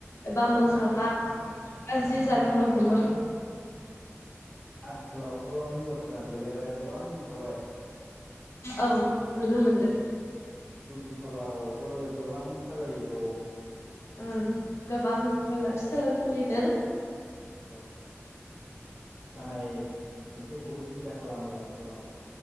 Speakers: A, on the left; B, in the centre.
A: एबा मोखाङा गाज्रि जाला लांनो हमो
B: आथिखालावथ' हिनजावफोरना देलायग्रा गोबां ओंखारबाय
A: औ नुनो मोनदों
B: बिउटि पार्लारावबो गोबां साजायो गावगाव
A: ओं गोबां <unintelligible>
B: <unintelligible> औ खानाय खंख्रिखौबो सिदा खालामो आथिखालाव